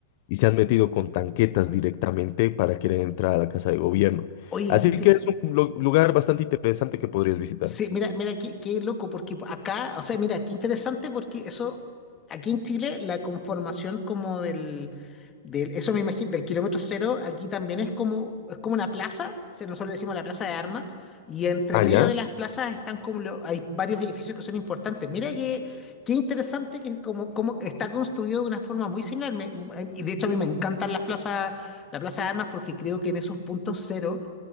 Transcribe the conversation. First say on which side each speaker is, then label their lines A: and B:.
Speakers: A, on the left; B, on the left.
A: y se han metido con tanquetas directamente para querer entrar a la casa de gobierno.
B: Oye,
A: Así
B: qué interesante.
A: que es un lu- lugar bastante interesante que podrías visitar.
B: Sí, mira, mira, qué, qué loco, porque acá, o sea, mira, qué interesante, porque eso, aquí en Chile, la conformación como del, del, eso me imagino, del kilómetro cero, aquí también es como, es como una plaza, o sea, nosotros le decimos la plaza de armas, y entre
A: Ah,
B: medio
A: ya.
B: de las plazas están como, lo- hay varios edificios que son importantes. Mira que, qué interesante que es como, como está construido de una forma muy similar, me- eh, y de hecho a mí me encantan las plazas, la plaza de armas, porque creo que en esos puntos cero